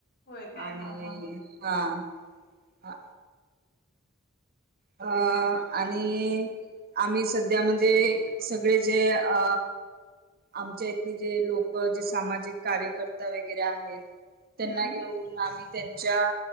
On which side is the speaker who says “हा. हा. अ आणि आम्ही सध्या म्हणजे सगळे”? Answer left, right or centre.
Right